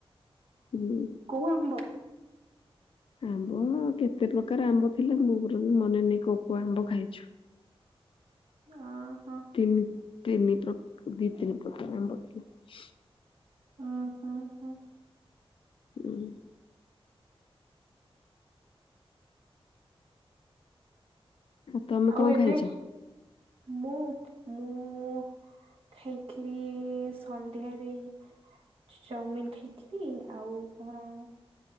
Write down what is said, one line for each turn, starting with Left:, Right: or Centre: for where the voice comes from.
Left: ହୁଁ।
Right: କଉ ଆମ୍ବ?
Left: ଆମ୍ବ କେତେ ପ୍ରକାର ଆମ୍ବ ଥିଲା ମୋର ବି ମନେନାଇ କୋଉ କୋଉ ଆମ୍ବ ଖାଇଛୁ।
Right: ଓ ହୋ।
Left: ତିନି ତିନି ପ୍ର ଦି ତିନି ପ୍ରକାର ଆମ୍ବ <unintelligible>
Right: ଓହୋ ହ।
Left: ହୁଁ। ତମେ
Right: ଆଉ
Left: କଣ
Right: ଏବେ?
Left: ଖାଇଛ?
Right: ମୁଁ ମୁଁ। ଖାଇଥିଲି ସନ୍ଧ୍ୟା ଦେଇ। ଚଉମିିନ୍ ଖାଇଥିଲି। ଆଉ କଣ?